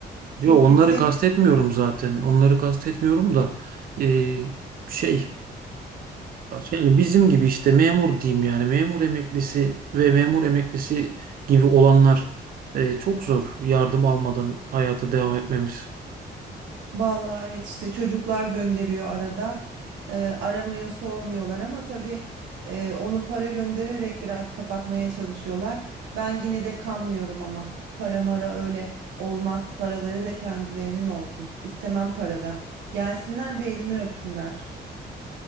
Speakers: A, on the right (about 55°); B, on the right (about 80°).
A: Yo
B: Çok
A: onları
B: yüksek
A: kastetmiyorum zaten. Onları kastetmiyorum da e, şey yani bizim gibi işte memur diyeyim yani memur emeklisi ve memur emeklisi gibi olanlar e, çok zor yardım almadan hayata devam etmemiz.
B: Vallahi evet işte çocuklar gönderiyor arada. Eee, aramıyor, sormuyorlar ama tabii eee, onu para göndererek biraz kapatmaya çalışıyorlar. Ben yine de kanmıyorum ama para mara öyle olmaz. Paraları da kendilerinin olsun. İstemem para da. Gelsinler bir elimi öpsünler.